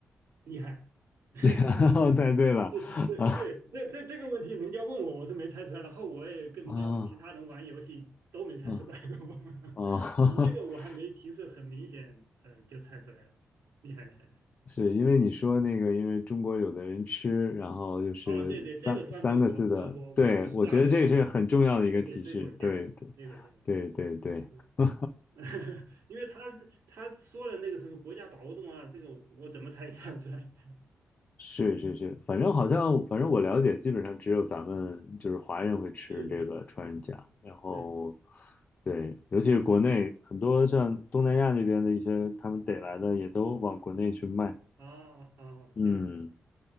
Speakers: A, on the right; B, on the left.
A: 厉害！<laughs>
B: <laughs> 猜对了，
A: 对
B: <laughs> 啊
A: 对，这这这个问题，人家问我，我是没猜出来。然后我也跟人家其他人玩游戏都没猜出来过。
B: 啊啊
A: <laughs>
B: 啊
A: 你这个我还没提示，
B: <laughs>！
A: 很明显，嗯、就猜出来了，厉害厉害的。
B: 是因为你说那个，因为中国有的人吃，然后就是三三个字的，
A: 啊，对对，这个算是我我我我我加的，
B: 对，我觉得这是很重要的一个提示，
A: 对对对，这个我加的，
B: 对对
A: 这个我加的，
B: 对对对，
A: 嗯，
B: <laughs>
A: <laughs> 因为他他说了那个什么国家保护动物啊，这个我怎么猜也猜不出来。
B: 是是是，反正好像反正我了解，基本上只有咱们就是华人会吃这个穿山甲，
A: <laughs> 对对对
B: 然后
A: 对，
B: 对，尤其是国内很多像东南亚那边的一些他们逮来的也都往国内去卖，
A: 啊啊，
B: 嗯。
A: 对呀对